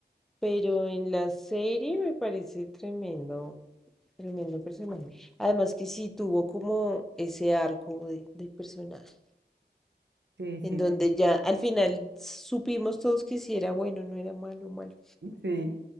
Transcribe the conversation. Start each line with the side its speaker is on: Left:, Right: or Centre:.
Centre: pero en la serie me parece tremendo. Tremendo personaje. Además que sí tuvo como ese arco de, de personaje,
Right: Sí, sí,
Centre: en donde
Right: me-
Centre: ya al final supimos todos que sí era bueno, no era malo, malo.
Right: sí,